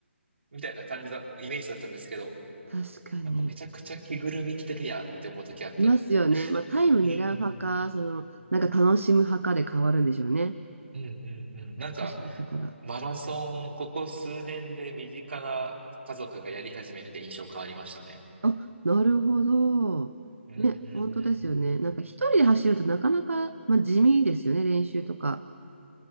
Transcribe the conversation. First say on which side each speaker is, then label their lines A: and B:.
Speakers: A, on the right; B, on the right.
A: みたいな感じだ、イメージだったんですけど、
B: 確かに。
A: なんかめちゃくちゃ着ぐるみ着てるやんって思う時あったり。
B: いますよね。まあ、タイム狙う派か、
A: うんうん。
B: その、なんか楽しむ派かで変わるんでしょうね。
A: うんうんうん。なんか、
B: 走り方が。
A: マラソン、ここ数年で身近な家族がやり始めて印象変わりましたね。
B: あ、なるほど。
A: うんうんう
B: ね、本当ですよね。なんか一人で走るとなかなか、まあ、地味ですよね、練習とか。